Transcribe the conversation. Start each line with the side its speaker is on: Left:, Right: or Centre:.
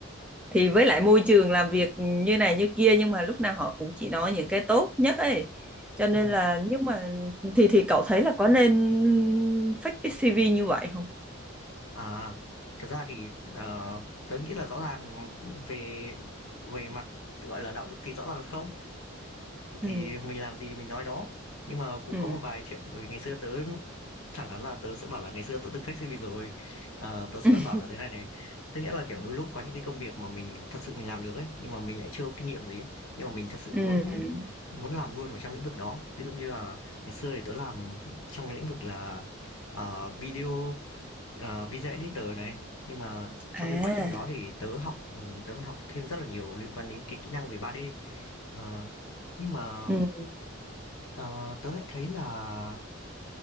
Centre: thì với lại môi trường làm việc như này như kia nhưng mà lúc nào họ cũng chỉ nói những cái tốt nhất ấy cho
Left: ừ
Centre: nên là nhưng mà thì thì cậu thấy là có nên fake cái CV như vậy không
Left: À, thật ra thì, ờ, tớ nghĩ là rõ ràng về về mặt, gọi là, đạo đức thì rõ ràng là không, thì
Centre: ừ
Left: mình làm gì mình nói đó. Nhưng mà cũng
Centre: ừ
Left: có một vài chuyện bởi vì ngày xưa tớ thẳng thắn là tớ sẽ bảo là ngày xưa tớ từng fake CV rồi. Ờ, tớ sẽ
Centre: ừ
Left: vẫn bảo là thế này này, tức nghĩa là, kiểu, đôi lúc có những cái công việc mà mình thật sự mình làm được ấy, nhưng mà mình lại chưa có kinh nghiệm gì ấy, nhưng mà mình thật sự
Centre: ừ
Left: muốn
Centre: <laughs>
Left: muốn làm luôn vào trong lĩnh vực đó. Ví dụ như là ngày xưa thì tớ làm trong cái lĩnh vực là, ờ, video ờ, video editor này nhưng mà trong
Centre: à
Left: cái quá trình đó thì tớ học ừ, tớ còn học thêm rất là nhiều liên quan đến cái kỹ năng về 3D Ờ, nhưng mà
Centre: ừ
Left: ờ, tớ lại thấy là